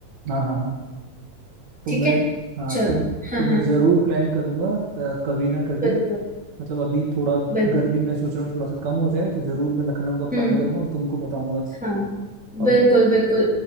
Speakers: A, on the right; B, in the centre.
A: हाँ हाँ हाँ तो
B: ठीक
A: मैं
B: है
A: हाँ
B: चलो
A: तो
B: हाँ
A: तो मैं
B: हाँ
A: जरूर प्लान करूंगा अ, कभी ना कभी
B: बिल्कुल
A: मतलब अभी थोड़ा
B: बिल्कुल
A: गर्मी मैं सोच रहा हूँ थोड़ा सा कम हो जाए तो जरूर मैं लखनऊ का
B: हम्म
A: प्लान करूंगा और तुमको बताऊंगा
B: हाँ
A: और
B: बिल्कुल बिल्कुल